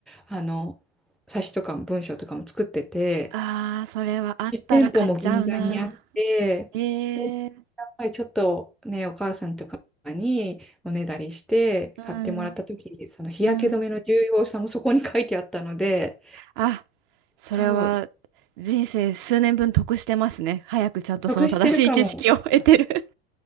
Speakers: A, in the centre; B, on the right.
A: あの、冊子とかも文章とかも作ってて、
B: ああ、それはあったら買っちゃうな。
A: 実店舗も銀座にあって、
B: ええ
A: やっぱりちょっとね、お母さんとかにおねだりして買ってもらった時、
B: うん、
A: その日焼け止めの重要さもそこに書いてあったので、
B: うん。あ、それは人生数年分得してますね。
A: そう、
B: 早くちゃんとその正しい知識を
A: 得してるかも。
B: <laughs> 得てる